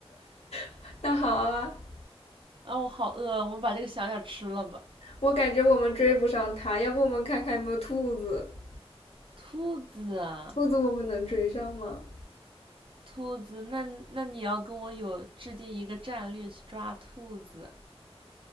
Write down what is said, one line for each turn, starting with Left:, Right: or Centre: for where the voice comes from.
Left: <laughs> 那好啊。
Right: 啊，我好饿，我们把这个小鸟吃了吧。
Left: 我感觉我们追不上它，要不我们看看有没有兔子？
Right: 兔子啊，
Left: 兔子我们能追上吗？
Right: 兔子，那那你要跟我有制定一个战略去抓兔子，